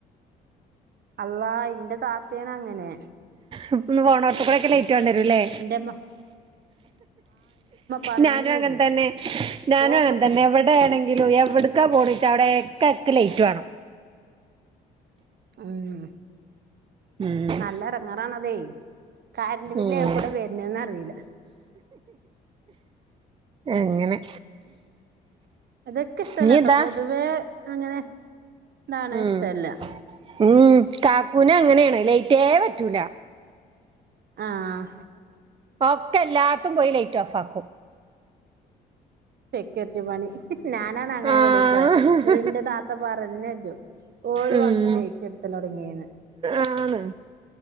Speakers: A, on the right; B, on the right.
A: അള്ളാ ഇന്റെ താത്തേണ് അങ്ങനെ.
B: പ്പംന്ന് പോണോട്ത്ത്ക്കൂടെ ലൈറ്റ് വേണ്ടി വരുലേ
A: ഇന്റെമ്മ പറഞ്ഞരും
B: ഞാനും അങ്ങേ തന്നെ ഞാനും
A: ഓക്ക്
B: അങ്ങേ തന്നെ എവിടെയാണെങ്കി എങ്കിലും എവിട്ക്കാ പോണെച്ചാലും അവടെ എക്ക എക്കെ ലേറ്റ് വാണം.
A: ഉം
B: ഉം
A: നല്ല ഇടങ്ങേറാണതേ. കറന്റെ്പില്
B: ഉം
A: യാകൂടെ വര്ന്ന് ന്ന അറിയില്ല.
B: അങ്ങനെ.
A: അത്ക്ക് ഇഷ്ട്ടല്ലാട്ടോ
B: ഇനി ഇതാ
A: പൊതുവേ അങ്ങനെ ഇതാണ്
B: ഉം
A: ഇഷ്ടല്ല
B: ഉം കാക്കൂനേ അങ്ങനെയാണ് ലൈറ്റേ പറ്റൂല.
A: ആഹ്
B: ഒക്കേ എല്ലാട്ത്തുംപോയിലൈറ്റ്ഓഫാ ആക്കും.
A: സെക്യൂരിറ്റി പണി ഞാനാണ് അങ്ങനെ
B: ആഹ്
A: കുടി പോയെ ഇങ്ങട്ട്ന്റെ താത്ത പറേംജൂം. ഓള്
B: ഉം
A: വന്ന് ലെയ്റ്റട്ത്തലൊട്ങ്ങീണ്.
B: ആണ്.